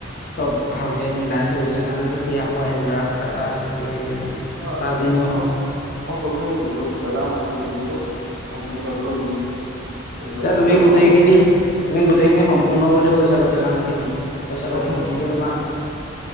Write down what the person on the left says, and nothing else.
চব ভালকৈ মিলাই থৈ গৈছে কাৰণতো সি আকৌ আহিবলৈ ৰাস্তা এটা আছে কিবা কিবি মানে।
বা যি
নহওক
এতিয়া
তুমি
গোটেইখিনি
তুমি গোটেইখিনি সম্পূৰ্ণ কৰি থৈ গৈছা গোটেই কামখিনি
পইচা
পাতিখিনি
এতিয়া তোমাক